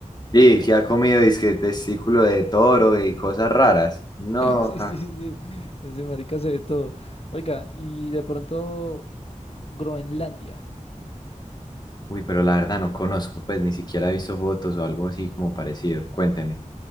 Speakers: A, on the left; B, on the left.
A: Sí, que ha comido Disque testículo de toro y cosas raras. No,
B: Sí,
A: ja.
B: sí, sí. Ese marica se ve todo. Oiga, y de pronto Groenlandia.
A: Uy, pero la verdad no conozco, pues ni siquiera he visto fotos o algo así como parecido. Cuénteme.